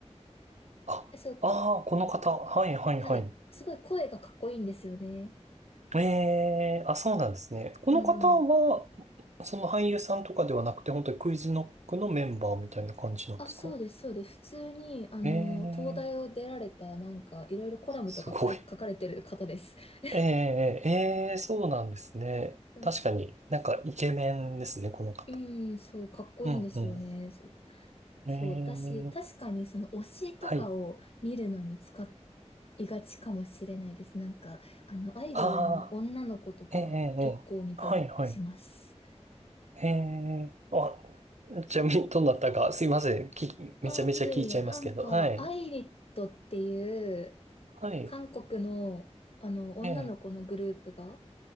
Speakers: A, on the right; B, on the left.
A: あ、
B: えそう、
A: ああ、この方。はい、はい、
B: はい。
A: はい。
B: すごい声がかっこいいんですよね。
A: ええ、あ、そうなんですね。この方は、
B: うんうん。
A: その俳優さんとかではなくて、本当にクイズノックのメンバーみたいな感じなんですか
B: あ、そうです、そうです。普通に、あの、
A: ええ、
B: 東大を出られた、なんか、いろいろコラムとか書い、
A: すごい。
B: 書かれてる方です。<laughs>
A: ええ、ええ、ええそうなんですね。
B: そうそう
A: 確かになんかイケメンですね、この方。
B: うん、そう、かっこいいんですよね。
A: うんうん
B: そう、そう。
A: えー、
B: だし、確かにその推しとかを見るのに使
A: はい。
B: いがちかもしれないです。なんか、あの、アイドルの女の子とか結構見たりします。
A: ああ、ええええええはい、はい。ええあ、ちなみにどうなったか、すいません。き、めちゃめちゃ聞いちゃいますけど。
B: あ、いえいえ、なんか、
A: はい。
B: アイリットっていう
A: はい。
B: 韓国の、あの、女の子のグループが、
A: ええ